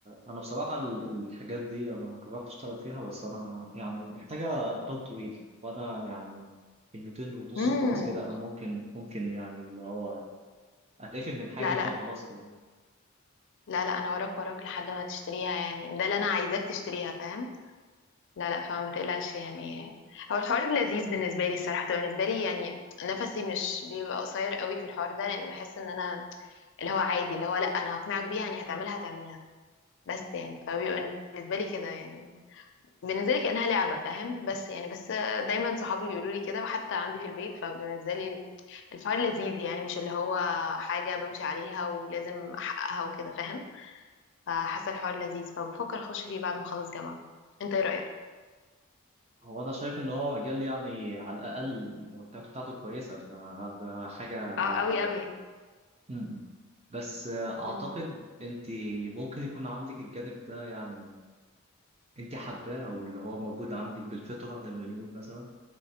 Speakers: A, on the right (about 30°); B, on the left (about 55°).
A: انا بصراحه ال- الحاجات دي انا جربت اشتغل فيها بس انا يعني محتاجه بال طويل وانا يعني كلمتين ونص
B: امم
A: خلاص كده أنا ممكن ممكن يعني اللي هو اتقفل من حاجه
B: لا لا
A: فخلاص كده
B: لا لا انا وراك وراك لحد ما تشتريها يعني ده اللي انا عايزاك تشتريها فاهم لا لا فما تقلقش يعني هو الحوار لذيذ بالنسبه لي الصراحه بالنسبه لي يعني نفسي مش بيبقى قصير قوي في الحوار ده لان بحس ان انا اللي هو عادي اللي هو لا انا هقنعك بيها يعني هتعملها هتعملها بس يعني فبيبقى بالنسبه لي كده يعني بالنسبه لي كانها لعبه فاهم بس يعني بس دايما صحابي بيقولوا لي كده وحتى عندي في البيت فبالنسبه لي الحوار لذيذ يعني مش اللي هو حاجه بمشي عليها ولازم احققها وكده فاهم فحاسه الحوار لذيذ فبفكر اخش فيه بعد ما اخلص جامعه انت ايه رايك
A: هو انا شايف ان هو مجال يعني على الاقل المرتبات بتاعته كويسه فده حاجه
B: اه
A: يعني
B: قوي قوي
A: م-م. بس اعتقد
B: مم.
A: انت ممكن يكون عندك الجانب ده يعني انت حباه او اللي هو موجود عندك بالفطره زي ما بنقول مثلا